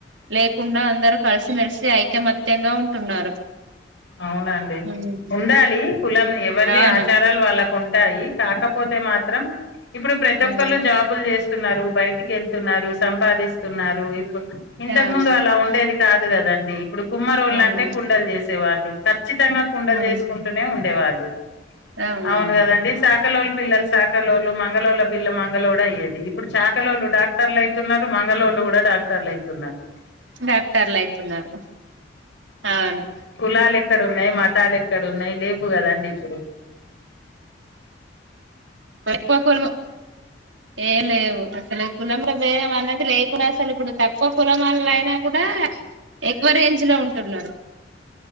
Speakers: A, on the right; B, on the left.
A: లేకుండా అందరు కలిసిమెలిసి ఐకమత్యంగా ఉంటున్నారు
B: అవునండి
A: ఉమ్
B: ఉండాలి కులం ఎవరిది
A: అవును
B: ఆచారాలు వాళ్ళకు ఉం ఉంటాయి కాకపోతే మాత్రం ఇప్పుడు ప్రతి
A: ఉమ్
B: ఒక్కళ్ళ జాబులు చేస్ స్తున్నారు బయటికి వెళ్తున్నారు సంపాదిస్తున్నారు ఇప్పుడు ఇంతకు
A: అవును
B: ముందు అలా ఉండేది కాద్ కదండి ఇప్పుడు కుమ్మరోళ్లంటే
A: అవును
B: అంటే కుండలు చేస్ సేవాళ్లు తత్ చ్చితంగా కుండలు
A: అవును
B: చేసుకుంటూనే ఉం డేవాళ్లు
A: అవునవును
B: అవును కదండి సా సకాలోల పిల్లలు సకాలోలు మంగలోళ్ళ పిల్ల మంగళోడు అయ్యేది ఇప్పుడు చాకలోళ్ళు డాక్టర్లు అయితున్నారు మంగలోళ్ళు కూడా డాక్టర్లు అయితున్నారు
A: డాక్టర్లు అయితున్నారు అవును
B: లాలు ఎక్కడున్నాయ్ మతాలు ఎ క్కడున్నాయయ్ లేవ్వు కదండి ఇప్పుడు
A: తక్కువ కులం ఏ లేవు అసలు కులము భేదం అన్నది లేకుండా అసలు ఇప్పుడు తక్కువ కులమోలు అయినా కూడా ఎక్కువ రేంజ్ లో ఉంటున్నారు